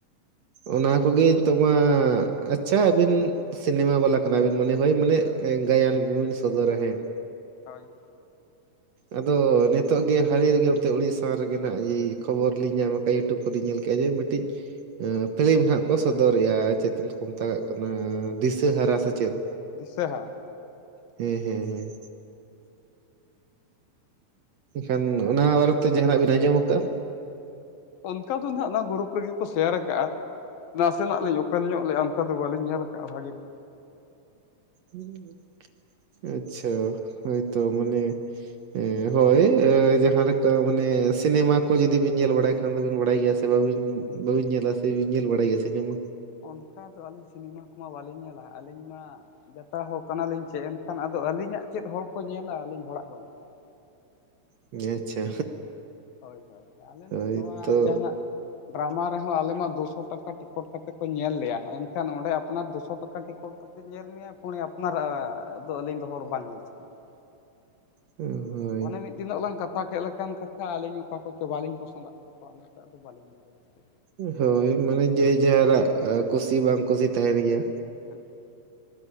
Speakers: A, on the right; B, on the left.
A: ᱚᱱᱟ ᱠᱚᱜᱮ ᱱᱤᱛᱳᱜ ᱢᱟ, ᱟᱪᱪᱷᱟ ᱟᱹᱵᱤᱱ ᱥᱤᱱᱮᱢᱟ ᱵᱟᱞᱟ ᱠᱟᱱᱟ ᱵᱤᱱ, ᱢᱟᱱᱮ ᱦᱚᱭ ᱢᱟᱱᱮ ᱮ, ᱜᱟᱭᱟᱱ ᱠᱩᱵᱤᱱ ᱥᱚᱫᱚᱨᱟ ᱦᱮᱸ᱾
B: ᱦᱚᱭ᱾
A: ᱟᱫᱚ ᱱᱤᱛᱳᱜ ᱜᱮ ᱦᱟᱹᱞᱤ ᱨᱮᱜᱮ ᱚᱱᱛᱮ ᱩᱲᱤᱥᱥᱟ ᱨᱮᱜᱮ ᱱᱟᱦᱟᱸᱜ ᱠᱷᱚᱵᱚᱨ ᱞᱤᱧ ᱧᱟᱢ ᱟᱠᱟᱜ ᱤᱭᱩᱴᱩᱵᱽ ᱠᱚᱨᱤᱧ ᱧᱮᱞ ᱠᱮᱜ-ᱟ ᱡᱮ ᱢᱤᱴᱤᱡ ᱟᱸᱻ ᱯᱷᱤᱞᱤᱢ ᱱᱟᱦᱟᱸᱜ ᱠᱚ ᱥᱚᱫᱚᱨᱮᱜ-ᱟ ᱪᱮᱫ ᱛᱩᱢ ᱛᱚᱠᱚ ᱢᱮᱛᱟᱜᱟᱜ ᱠᱟᱱᱟ ᱫᱤᱥᱟᱹ ᱦᱟᱨᱟ ᱥᱮ ᱪᱮᱫ᱾
B: ᱫᱤᱥᱟᱹ ᱦᱟᱨᱟ᱾
A: ᱦᱩᱸ ᱦᱩᱸ ᱦᱩᱸ᱾ ᱠᱷᱟᱱ ᱚᱱᱟ ᱵᱟᱨᱮ ᱛᱮ ᱡᱟᱦᱟᱸ ᱱᱟᱜ ᱵᱤᱱ ᱟᱸᱡᱚᱢ ᱟᱠᱟᱜ-ᱟ?
B: ᱚᱱᱠᱟ ᱫᱚ ᱱᱟᱦᱟᱸᱜ ᱚᱱᱟ ᱜᱩᱨᱩᱯ ᱨᱮᱜᱮ ᱠᱚ ᱥᱮᱭᱟᱨ ᱟᱠᱟᱜ-ᱟ᱾ ᱱᱟᱥᱮ ᱱᱟᱜ ᱞᱤᱧ ᱚᱯᱮᱱ ᱧᱚᱜ ᱞᱮᱜ-ᱟ ᱚᱱᱠᱟ ᱫᱚ ᱵᱟᱞᱤᱧ ᱧᱮᱞ ᱟᱠᱟᱜ-ᱟ ᱵᱷᱟᱜᱤ ᱫᱚ᱾
A: ᱦᱩᱸ, ᱟᱪᱪᱷᱟ ᱦᱳᱭᱛᱚ ᱢᱟᱱᱮ ᱦᱮᱸ ᱦᱳᱭ ᱮᱻ ᱡᱟᱦᱟᱸ ᱞᱮᱠᱟ ᱢᱟᱱᱮ ᱥᱤᱱᱮᱢᱟ ᱠᱚ ᱡᱩᱫᱤ ᱵᱤᱱ ᱧᱮᱞ ᱵᱟᱲᱟᱭ ᱠᱷᱟᱱ ᱫᱚᱵᱤᱱ ᱵᱟᱲᱟᱭ ᱜᱮᱭᱟ ᱥᱮ᱾ ᱥᱮ ᱵᱟᱵᱤᱱ, ᱵᱟᱵᱤᱱ ᱧᱮᱞᱟ ᱥᱮ ᱵᱤᱱ ᱧᱮᱞ ᱵᱟᱲᱟᱭ ᱜᱮᱭᱟ ᱥᱤᱱᱮᱢᱟ?
B: ᱚᱱᱠᱟ ᱫᱚ ᱟᱹᱞᱤᱧ ᱥᱤᱱᱮᱢᱟ ᱠᱚᱢᱟ ᱵᱟᱞᱤᱧ ᱧᱮᱞᱟ ᱦᱟᱸᱜ ᱟᱹᱞᱤᱧ ᱢᱟ ᱡᱟᱛᱨᱟ ᱦᱚᱲ ᱠᱟᱱᱟ ᱞᱤᱧ ᱪᱮ ᱮᱱᱠᱷᱟᱱ ᱟᱫᱚ ᱟᱹᱞᱤᱧᱟᱜ ᱪᱮᱫ ᱦᱚᱲ ᱠᱚ ᱧᱮᱞᱟ, ᱟᱹᱞᱤᱧ ᱦᱚᱲᱟᱜ ᱵᱟᱞᱤᱧ ᱧᱮᱞᱟ᱾
A: ᱦᱮᱸ ᱟᱪᱪᱷᱟ᱾
B: ᱦᱚᱭ ᱦᱚᱭ, ᱟᱞᱮ
A: ᱦᱳᱭ
B: ᱢᱟ ᱱᱚᱣᱟ
A: ᱛᱚ
B: ᱡᱟᱦᱟᱸ ᱱᱟᱜ ᱰᱨᱟᱢᱟ ᱨᱮᱦᱚᱸ ᱟᱞᱮ ᱢᱟ ᱫᱩ ᱥᱚ ᱴᱟᱠᱟ ᱴᱤᱠᱚᱴ ᱠᱟᱛᱮᱜ ᱠᱚ ᱧᱮᱞ ᱞᱮᱭᱟ, ᱮᱱᱠᱷᱟᱱ ᱚᱸᱰᱮ ᱟᱯᱱᱟᱨ ᱫᱩ ᱥᱚ ᱴᱟᱠᱟ ᱴᱤᱠᱤᱴ ᱠᱟᱛ ᱛᱮᱜ ᱧᱮᱞ ᱢᱮᱭᱟ, ᱯᱩᱬᱤ ᱟᱯᱱᱟᱨᱟᱜ-ᱟ ᱟᱫᱚ ᱟᱹᱞᱤᱧ ᱫᱚ ᱦᱚᱲ ᱵᱟᱝ ᱧᱮᱞ ᱥᱟᱱᱟ ᱞᱤᱧᱟᱹ᱾
A: ᱦᱩᱸ ᱦᱩᱸ᱾
B: ᱚᱱᱮ ᱢᱤᱫ ᱛᱤᱱᱟᱹᱜ ᱞᱟᱝ ᱠᱟᱛᱷᱟ ᱠᱮᱫ ᱞᱮᱠᱟᱱ ᱠᱟᱛᱷᱟ ᱟᱞᱤᱧ ᱚᱠᱟ ᱠᱚ ᱪᱚ ᱵᱟᱞᱤᱧ ᱯᱚᱥᱚᱸᱫᱟᱜ ᱠᱚᱣᱟ ᱚᱱᱟ ᱛᱮ‌ ᱟᱫᱚ ᱵᱟᱞᱤᱧ ᱧᱮᱞᱟ ᱡᱟᱹᱥᱛᱤ᱾
A: ᱮ, ᱦᱳᱭ ᱢᱟᱱᱮ ᱡᱮᱡᱟᱨᱟᱜ ᱟ ᱠᱩᱥᱤ ᱵᱟᱝ ᱠᱩᱥᱤ ᱛᱟᱸᱦᱮᱱ ᱜᱮᱭᱟ᱾
B: ᱦᱩᱸᱜ ᱦᱩᱸ᱾